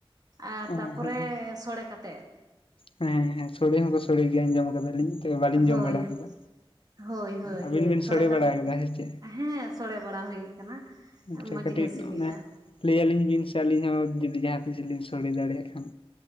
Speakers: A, on the right; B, on the left.
A: ᱟᱨ
B: ᱚ
A: ᱛᱟᱨᱯᱚᱨᱮ
B: ᱦᱮᱸ
A: ᱥᱚᱲᱮ ᱠᱟᱛ
B: ᱦᱮᱸ ᱦᱮᱸ ᱥᱚᱲᱮ ᱦᱚᱸᱠᱚ ᱥᱚᱲᱮᱭ ᱜᱮᱭᱟ ᱟᱸᱡᱚᱢ ᱠᱟᱫᱟᱞᱤᱧ ᱛᱚᱵᱮ ᱵᱟᱞᱤᱧ
A: ᱦᱳᱭ
B: ᱡᱚᱢ ᱵᱟᱲᱟ ᱠᱟᱫᱟ
A: ᱦᱳᱭ ᱦᱳᱭ
B: ᱟᱵᱮᱱ ᱵᱤᱱ
A: ᱥᱚᱲᱮ
B: ᱥᱳᱲᱮ
A: ᱠᱟᱛ
B: ᱵᱟᱲᱟ ᱠᱟᱫᱟ ᱥᱮᱪᱮᱫ?
A: ᱦᱮᱸ ᱥᱚᱲᱮ ᱵᱟᱲᱟ ᱦᱩᱭ ᱟᱠᱟᱱᱟ
B: ᱟᱪᱪᱷᱟ
A: ᱢᱚᱡᱽ
B: ᱠᱟᱹᱴᱤᱡ
A: ᱜᱮ ᱥᱤᱵᱤᱞᱟ
B: ᱚᱱᱟ ᱞᱟᱹᱭ ᱟᱹᱞᱤᱧ ᱵᱮᱱ ᱥᱮ ᱟᱹᱞᱤᱧ ᱦᱚᱸ ᱡᱩᱫᱤ ᱡᱟᱦᱟᱸ ᱛᱤᱥ ᱞᱤᱧ ᱥᱳᱲᱮ ᱫᱟᱲᱮᱭᱟᱜ ᱠᱷᱟᱱ